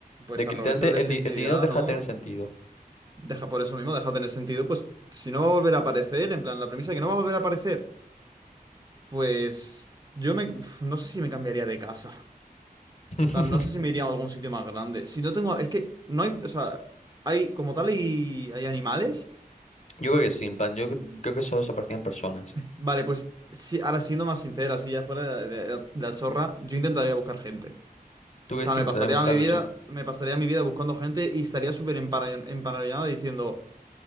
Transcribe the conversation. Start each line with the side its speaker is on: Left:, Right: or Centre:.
Right: Pues
Left: de que
Right: aprovecha
Left: literalmente
Right: la electricidad,
Left: el, di- el dinero deja
Right: ¿no?
Left: de tener sentido.
Right: Deja por eso mismo, deja de tener sentido. Pues si no va a volver a aparecer, en plan, la premisa de que no va a volver a aparecer, pues yo me, no sé si me cambiaría de casa.
Left: <laughs>
Right: Tal, no sé si me iría a algún sitio más grande. Si no tengo. Es que no hay. O sea, hay como tal y hay animales.
Left: Yo creo que sí, en plan, yo cre- creo que solo desaparecían personas.
Right: Vale, pues si, ahora siendo más sincera, así ya fuera de, de- de la chorra, yo intentaría buscar gente.
Left: ¿Tú crees
Right: O sea,
Left: que
Right: me
Left: intentaré
Right: pasaría
Left: buscar
Right: mi vida,
Left: su...
Right: me pasaría mi vida buscando gente y estaría súper empara- emparanoiado diciendo,